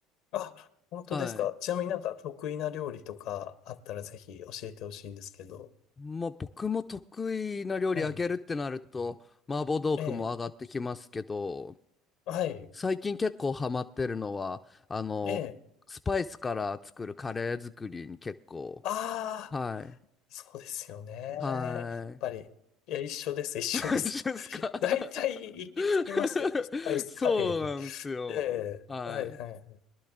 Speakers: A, on the left; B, on the left.
A: あ、本当ですか。
B: はい。
A: ちなみになんか得意な料理とかあったらぜひ教えてほしいんですけど。
B: まあ僕も得意な料理あげるってなると、
A: はい。
B: 麻婆豆腐も上がってきますけど、
A: ええ。はい。
B: 最近結構ハマってるのは、あの、
A: ええ。
B: スパイスから作るカレー作りに結構、
A: ああ、
B: はい、
A: そうですよね。
B: は
A: やっぱり。いや、一緒です、一緒です。
B: い。<laughs> 一緒ですか
A: <laughs> 大体行き着きますよね。
B: <laughs>
A: スパイスカレーに。
B: そうなんですよ。
A: ええ。
B: はい。
A: はい、はい、